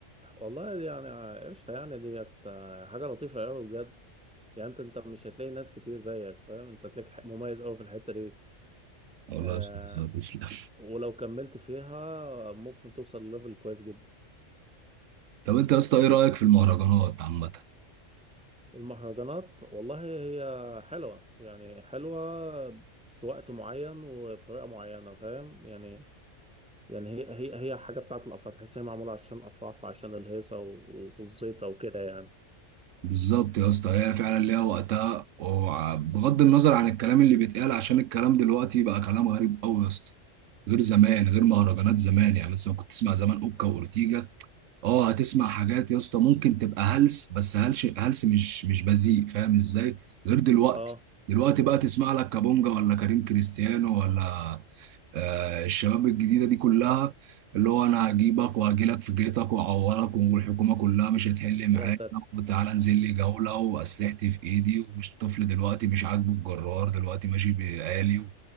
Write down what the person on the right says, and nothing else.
والله
يا اسطى تسلم
طب انت يا اسطى ايه رايك في المهرجانات عامه
بالظبط يا اسطى هي فعلا ليها وقتها وبغض النظر عن الكلام اللي بيتقال عشان الكلام دلوقتي بقى كلام غريب قوي يا اسطى غير زمان غير مهرجانات زمان يعني مثلا كنت تسمع زمان اوكا واورتيجا اه هتسمع حاجات يا اسطى ممكن تبقى هلس بس هلس هلس مش مش بذيء فاهم ازاي غير دلوقتي
دلوقتي بقى تسمع لك كابونجا ولا كريم كريستيانو ولا آه الشباب الجديده دي كلها اللي هو انا هجيبك وهجيلك في بيتك واعورك والحكومه كلها مش هتحل معاك
وتعالى انزل لي جوله واسلحتي في ايدي والطفل دلوقتي مش عاجبه الجرار دلوقتي ماشي بآلي